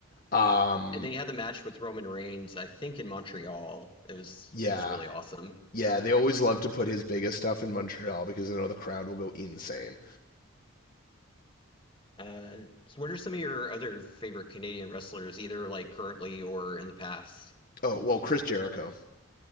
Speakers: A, on the left; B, on the left.
A: Um,
B: And then he had the match with Roman Reigns, I think in Montreal. It was
A: yeah,
B: it was really awesome.
A: Yeah, they always love to put his biggest stuff in Montreal because I know the crowd will go insane.
B: Uh, so what are some of your other favorite Canadian wrestlers, either like currently or in the past?
A: Oh, well, Chris Jericho.